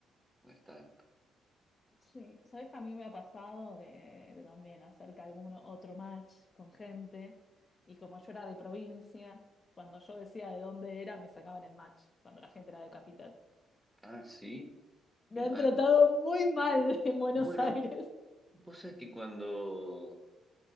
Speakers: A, in the centre; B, on the left (about 35°).
A: no es tanto.
B: Sí, sabes que a mí me ha pasado de, de también hacer que alguno otro match con gente y como yo era de provincia, cuando yo decía de dónde era, me sacaban el match, cuando la gente era de capital.
A: Ah, sí,
B: Me
A: qué malo.
B: han tratado muy mal en Buenos
A: Bueno,
B: Aires.
A: vos sabés que cuando,